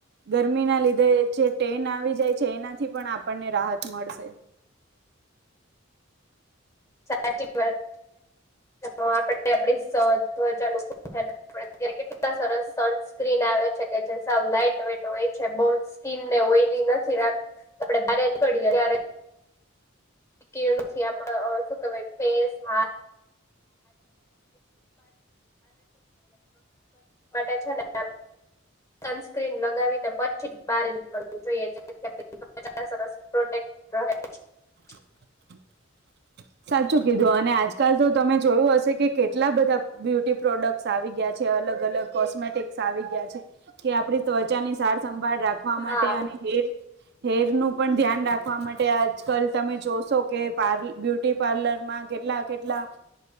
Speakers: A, on the right; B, on the left.
A: ગરમીના લીધે જે ટેન આવી જાય છે એનાથી પણ આપણને રાહત મળશે
B: સાચી વાત. આપ આપવજાત્યારે કેટલા સરસ સનસ્ક્રીન આવે છે કે જે સાવ લાાઈટ વેટ હોય છે બહ સ્કીિનને ઓઈલી નથી રાખ આપડે બને નીકળીએ ત્યારે કેળુંથી આપડ શું કય ફેસ હ માટેને સનસ્ક્રીન લગાવીને પછી જ બાર નીકળવું જોઈએ સરસોક <unintelligible>
A: હ <unintelligible> સાચું કીધું અને આજકાલ તો તમે જોયું હશે કે કેટલા બધા બ્યુટી પ્રોડક્ટ આવી ગયા છે. અલગ અલગ કોમેટ આવી ગયા છે કે આપ ત્વચાની સ સંભાળ રાખવા માટે
B: હા
A: અને હેર હેર નું પણ ધ્યાન રાખવા માટે આજકાલ તમે જોશો કે પ્ બ્યુટી પાર્લરમાં કેટલા કેટલા